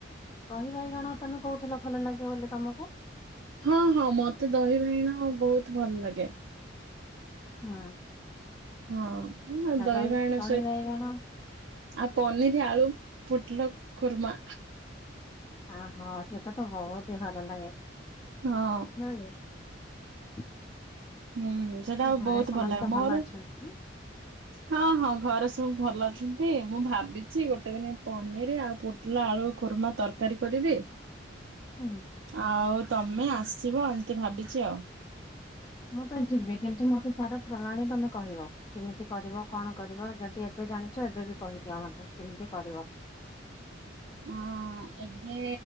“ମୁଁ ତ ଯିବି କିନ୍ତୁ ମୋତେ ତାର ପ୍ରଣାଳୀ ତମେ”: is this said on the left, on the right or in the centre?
Left